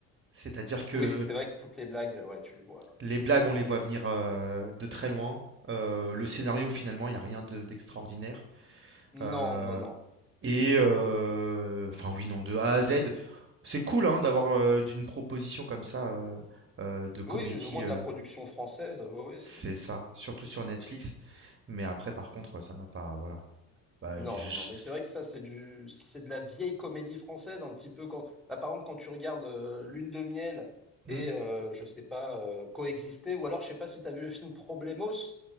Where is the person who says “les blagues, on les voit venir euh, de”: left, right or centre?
Right